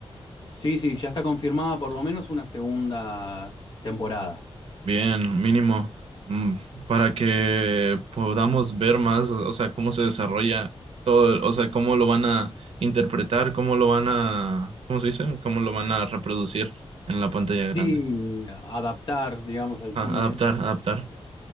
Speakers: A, on the left; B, on the right.
A: Sí, sí, ya está confirmada por lo menos una segunda temporada.
B: Bien, mínimo, mm, para que podamos ver más, o sea, cómo se desarrolla todo, o sea, cómo lo van a interpretar, cómo lo van a, ¿cómo se dice? Cómo lo van a reproducir en la pantalla grande.
A: Sí, adaptar, digamos, al
B: Ah,
A: cine.
B: adaptar, adaptar.